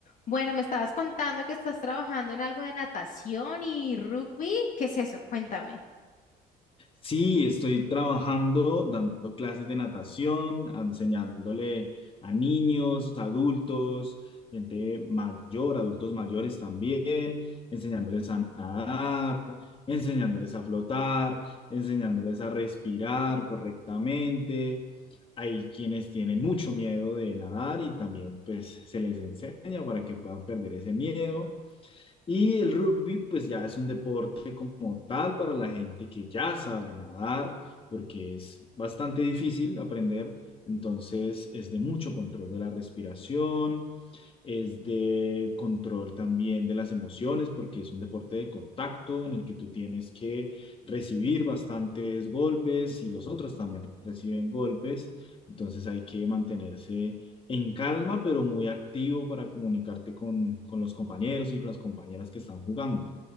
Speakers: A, on the left; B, on the left.
A: Bueno, me estabas contando que estás trabajando en algo de natación y rugby. ¿Qué es eso? Cuéntame.
B: Sí, estoy trabajando, dando clases de natación, enseñándole a niños, adultos, gente mayor, adultos mayores también, enseñándoles a nadar, enseñándoles a flotar, enseñándoles a respirar correctamente. Hay quienes tienen mucho miedo de nadar y también pues se les enseña para que puedan perder ese miedo. Y el rugby, pues ya es un deporte como tal para la gente que ya sabe nadar, porque es bastante difícil aprender. Entonces es de mucho control de la respiración, es de control también de las emociones, porque es un deporte de contacto en el que tú tienes que recibir bastantes golpes y los otros también reciben golpes. Entonces hay que mantenerse en calma, pero muy activo para comunicarte con, con los compañeros y con las compañeras que están jugando.